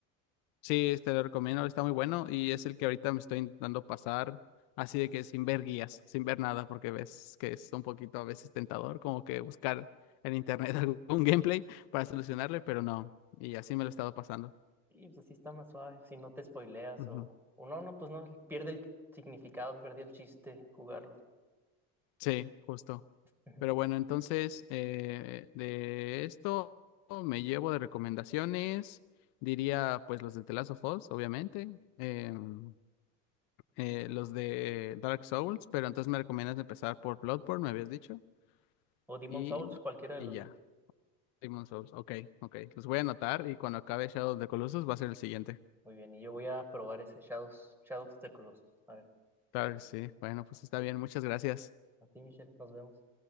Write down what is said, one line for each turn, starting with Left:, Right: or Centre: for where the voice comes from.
Left: Sí, te lo recomiendo, está muy bueno y es el que ahorita me estoy intentando pasar así de que sin ver guías, sin ver nada, porque ves que es un poquito a veces tentador como que buscar en internet <laughs> algún gameplay para solucionarle, pero no, y así me lo he estado pasando.
Centre: Y pues así está más suave, si no te spoileas
Left: Ujú.
Centre: o, o no, no, pues no, pierde el significado, pierde el chiste jugarlo.
Left: Sí, justo.
Centre: Ujú.
Left: Pero bueno, entonces eh, de esto me llevo de recomendaciones, diría pues los de The Last of Us, obviamente, em, eh, los de Dark Souls, pero entonces me recomiendas empezar por Bloodborne, me habías dicho.
Centre: O Demon
Left: Y,
Centre: Souls, cualquiera de
Left: y
Centre: los
Left: ya.
Centre: dos.
Left: Demon Souls. Ok, ok. Los voy a anotar y cuando acabe Shadow of the Colossus va a ser el siguiente.
Centre: Muy bien, y yo voy a probar ese Shadows, Shadows of the Colossus. A ver,
Left: Claro
Centre: ¿qué tal?
Left: que sí. Bueno, pues está bien. Muchas gracias.
Centre: A ti, Michelle, nos vemos.